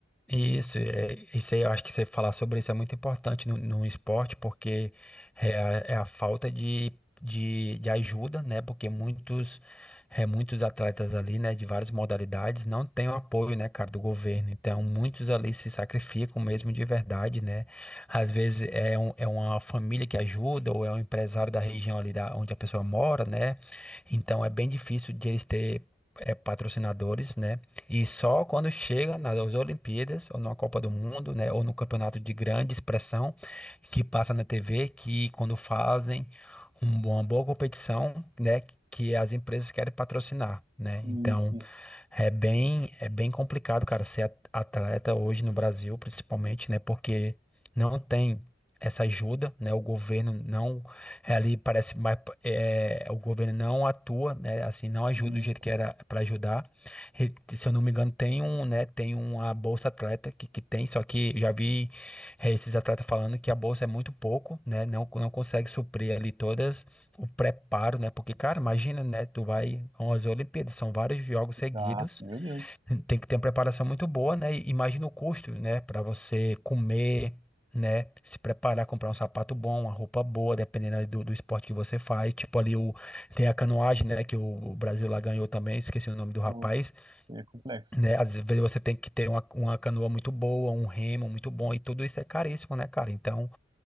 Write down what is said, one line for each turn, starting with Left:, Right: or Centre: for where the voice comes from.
Centre: Isso, é, isso aí, eu acho que você falar sobre isso é muito importante no, no esporte, porque é a, é a falta de, de, de ajuda, né? Porque muitos, é, muitos atletas ali, né, de várias modalidades, não têm o apoio, né, cara, do governo. Então, muitos ali se sacrificam mesmo de verdade, né? Às vezes é, um, é uma família que ajuda, ou é um empresário da região ali da, onde a pessoa mora, né? Então, é bem difícil de eles ter. é, patrocinadores, né? E só quando chega nas Olimpíadas, ou numa Copa do Mundo, né, ou num campeonato de grande expressão, que passa na TV, que quando fazem um bo- uma boa competição, né, que as empresas querem patrocinar, né?
Right: Isso,
Centre: Então,
Right: isso.
Centre: é bem, é bem complicado, cara, ser at- atleta hoje no Brasil, principalmente, né, porque não tem essa ajuda, né? O governo não é, ali parece mais é, o governo não atua, né? Assim, não
Right: Sim,
Centre: ajuda do jeito que era para ajudar. Re- Se eu não me engano, tem um, né? Tem uma bolsa atleta que, que tem, só que já vi eh, esses atletas falando que a bolsa é muito pouco, né? Não, não consegue suprir ali todas o preparo, né? Porque, cara, imagina, né? Tu vai a umas Olimpíadas, são vários jogos
Right: exato.
Centre: seguidos,
Right: Meu Deus.
Centre: tem que ter uma preparação muito boa, né? E imagina o custo, né? Para você comer, né? Se preparar, comprar um sapato bom, uma roupa boa, dependendo ali do, do esporte que você faz. Tipo ali o, tem a canoagem, né? Que o, o Brasil lá ganhou também, esqueci o nome do rapaz
Right: Nossa, isso aí é complexo.
Centre: né? Às vezes você tem que ter uma, uma canoa muito boa, um remo muito bom, e tudo isso é caríssimo, né, cara? Então